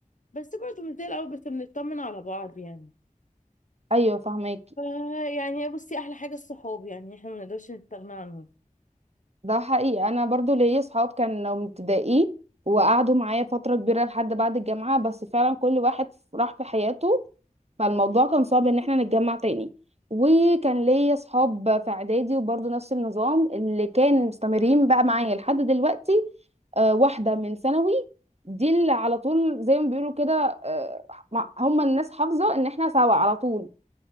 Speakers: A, on the left; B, on the right.
A: بس برضو مش زي الاول بس بنطمن على بعض يعني
B: ايوه فهماكي
A: فا يعني بصي احلى حاجه الصحاب يعني احنا ما نقدرش نستغنى عنهم
B: ده حقيقي انا برضو ليا صحاب كانوا من ابتدائي وقعدوا معايا فتره كبيره لحد بعد الجامعه بس فعلا كل واحد راح في حياته فالموضوع كان صعب ان احنا نتجمع تاني وكان ليا صحاب في اعدادي وبرضو نفس النظام اللي كانوا مستمرين بقى معايا لحد دلوقتي آه، واحده من ثانوي دي اللي على طول زي ما بيقولوا كده آه، مع- هم الناس حافظه ان احنا سوا على طول